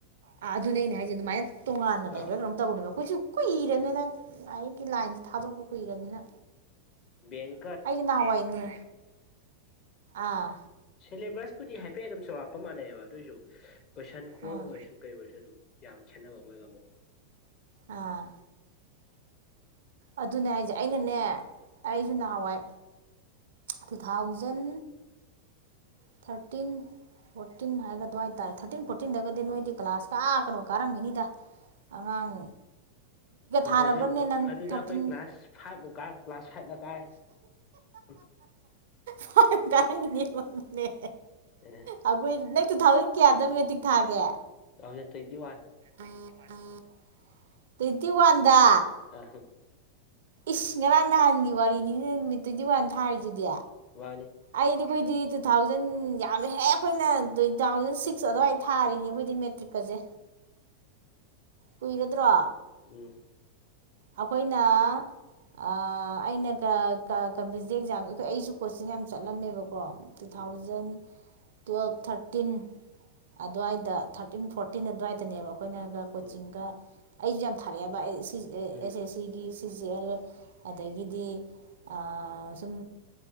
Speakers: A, on the right; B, on the left.
A: ꯑꯥ ꯑꯗꯨꯅꯦ ꯍꯥꯏꯁꯦ ꯑꯗꯨꯃꯥꯏꯅ ꯇꯣꯉꯥꯟꯅ ꯂꯩꯕ꯭ꯔꯥ
B: ꯑꯥ
A: ꯀꯝ ꯇꯧꯅꯦꯕ ꯑꯩꯈꯣꯏꯁꯨ ꯀꯨꯏꯔꯅꯤꯅ ꯂꯥꯏꯔꯤꯛꯒꯤ ꯂꯥꯏꯟꯁꯦ ꯊꯥꯗꯣꯛꯄ ꯀꯨꯏꯔꯅꯤꯅ
B: ꯕꯦꯡ
A: ꯑꯩꯅ ꯅꯍꯋꯥꯏꯅꯤ ꯑꯥ
B: ꯁꯤꯂꯦꯕꯁꯄꯨꯗꯤ ꯍꯥꯏꯐꯦꯠ ꯑꯗꯨꯝ ꯆꯥꯎꯔꯥꯛꯄ ꯃꯥꯟꯅꯩꯕ ꯑꯗꯨꯑꯣꯏꯔꯁꯨ ꯀꯣꯏꯁꯟ ꯈꯨꯍꯡ
A: ꯑꯥ
B: ꯑꯣꯏꯔꯁꯨ ꯀꯩ ꯑꯣꯏꯔꯁꯨ ꯑꯗꯨꯝ ꯌꯥꯝ ꯈꯦꯠꯅꯕ ꯃꯣꯏꯒ ꯑꯃꯨꯛ
A: ꯑꯥ ꯑꯗꯨꯅꯦ ꯍꯥꯏꯁꯦ ꯑꯩꯅꯅꯦ ꯑꯩꯁꯨ ꯅꯍꯥꯟꯋꯥꯏ ꯇꯨ ꯊꯥꯎꯖꯟ ꯊꯥꯔꯇꯤꯟ ꯐꯣꯔꯇꯤꯟ ꯍꯥꯏꯒꯗꯋꯥ ꯍꯥꯏꯇꯥꯔꯦ ꯊꯥꯔꯇꯤꯟ ꯐꯣꯔꯇꯤꯟꯗꯒꯗꯤ ꯅꯣꯏꯗꯤ ꯀ꯭ꯂꯥꯁ ꯀꯥ ꯀꯅꯣ ꯀꯥꯔꯝꯒꯅꯤꯗ ꯑꯉꯥꯡ
B: ꯇꯨ
A: ꯊꯥꯔꯕ꯭ꯔꯅꯦ
B: ꯊꯥꯎꯖꯟ
A: ꯅꯪ
B: ꯑꯗꯨꯗ
A: ꯊꯥꯔꯇꯤꯟ
B: ꯑꯩꯈꯣꯏ ꯀ꯭ꯂꯥꯁ ꯐꯥꯏꯚꯄꯨ ꯀꯥ ꯀ꯭ꯂꯥꯁ ꯐꯥꯏꯚꯇ ꯀꯥꯔꯦ ꯎꯝ
A: ꯐ ꯀꯅꯦ <unintelligible>
B: ꯎ
A: ꯑꯩꯈꯣꯏ ꯅꯪ ꯇꯨ ꯊꯥꯎꯖꯟ ꯀꯌꯥꯗ ꯃꯦꯇꯤꯔꯤꯛ ꯊꯥꯒꯦ
B: ꯑꯈ ꯋꯥ
A: ꯎꯝ ꯎꯝ ꯇ꯭ꯋꯦꯟꯇꯤ ꯋꯥꯟꯗ
B: ꯑ ꯍꯨꯝ
A: ꯏꯁ ꯉꯔꯥꯡ ꯅꯍꯥꯟꯒꯤ ꯋꯥꯔꯤꯅꯤ ꯅꯨꯃꯤꯠ ꯇ꯭ꯋꯦꯟꯇꯤ ꯋꯥꯟ ꯊꯥꯔꯤꯁꯤꯗꯤ
B: ꯃꯥꯕꯥꯅꯤ
A: ꯑꯩꯗꯤ ꯑꯩꯈꯣꯏꯗꯤ ꯇꯨ ꯊꯥꯎꯖꯟ ꯌꯥꯝꯃꯦ ꯍꯦ ꯑꯩꯈꯣꯏꯅ ꯇ ꯇꯨ ꯊꯥꯎꯖꯟ ꯁꯤꯛꯁ ꯑꯗꯨꯋꯥꯗ ꯊꯥꯔꯤꯅꯤ ꯑꯩꯈꯣꯏꯗꯤ ꯃꯦ ꯇꯔꯤꯛꯀꯁꯦ ꯀꯨꯏꯔꯗ꯭ꯔꯣ
B: ꯎꯝ
A: ꯑꯩꯈꯣꯏꯅ ꯑꯩꯅꯒ ꯀꯝꯄꯤꯇꯤꯇꯤꯞ ꯑꯦꯛꯖꯥꯝ ꯑꯩꯈꯣꯏ ꯑꯩꯁꯨ ꯀꯣꯆꯤꯡ ꯌꯥꯝ ꯆꯠꯂꯝꯃꯦꯕ ꯀꯣ two
B: um
A: thousand twelve thirteen ꯑꯗꯨꯋꯥꯏꯗ ꯊꯥꯔꯇꯤꯟ ꯐꯣꯔꯇꯤꯟ ꯑꯗꯨꯋꯥꯏꯗꯅꯦꯕ ꯑꯩꯈꯣꯏꯅꯒ ꯀꯣꯆꯤꯡꯒ
B: ꯎꯝ
A: ꯑꯩꯁꯨ ꯌꯥꯝ ꯊꯥꯔꯛꯑꯦꯕ ꯑꯦꯁ
B: ꯎꯝ
A: ꯑꯦꯁ ꯁꯤꯒꯤ ꯁꯤꯖꯤ ꯑꯦꯜ ꯑꯗꯒꯤꯗꯤ ꯑ ꯁꯨꯝ